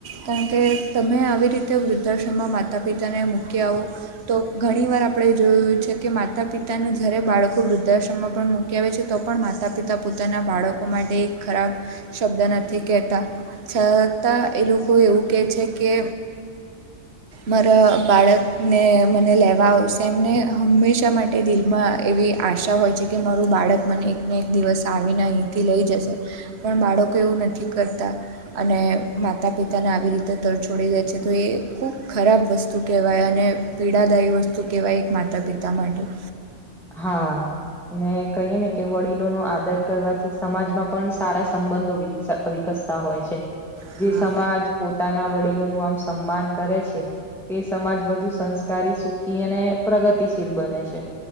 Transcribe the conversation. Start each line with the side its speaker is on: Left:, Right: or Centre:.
Right: કારણ કે તમે આવી રીતે વૃદ્ધાશ્રમમાં માતા પિતાને મૂકી આવો તો ઘણીવાર આપણે જોયું છે કે માતા પિતાને જ્યારે બાળકો વૃદ્ધાશ્રમમાં પણ મૂકી આવે છે તો પણ માતા પિતા પોતાના બાળકો માટે એક ખરાબ શબ્દ નથી નથી કહેતા છતાં એ લોકો એવું કહે છે કે
Centre: <inaudible>
Right: મારા બાળકને મને લેવા આવશે એમને હંમેશા માટે દિલમાં એવી આશા હોય છે કે મારું બાળક મને એકને એક દિવસ આવીને અહીંથી લઈ જશે પણ બાળકો એવું નથી કરતા અને માતા પિતાને આવી રીતે તરછોડી દે છે તો એ ખૂબ ખરાબ વસ્તુ કહેવાય અને પીડાદાયી વસ્તુ કહેવાય એક માતા પિતા માટે
Centre: હા અને કહીએ ને કે વડીલોનોો આદર કરવાથી સમાજમાં પણ સારા સંબંધો વકસ વિકસતા હોય છે
Right: હા
Centre: જે સમાજ પોતાના વડીલોનું આમ સન્માન કરે છે તે સમાજ વધુ સંસ્કારી સુખી અને પ્રગતિશીલ બને છે